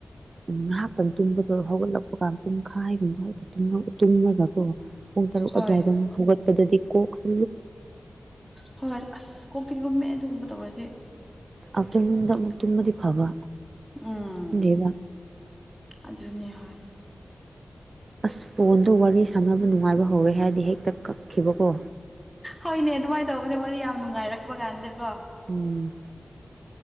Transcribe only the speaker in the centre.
ꯍꯣꯏ
ꯍꯣꯏꯣꯏ ꯑꯁ ꯀꯣꯀꯤ ꯂꯨꯝꯃꯦ ꯑꯗꯨꯒꯨꯝꯕ ꯇꯧꯔꯗꯤ
ꯎꯝ
ꯑꯗꯨꯅꯦ ꯍ
ꯍꯣꯏꯅꯦ ꯑꯗꯨꯃꯥꯏꯅ ꯇꯧꯕꯅꯦ ꯋꯥꯔꯤ ꯌꯥꯝ ꯅꯨꯡꯉꯥꯏꯔꯛꯄ ꯀꯥꯟꯗ ꯀꯣ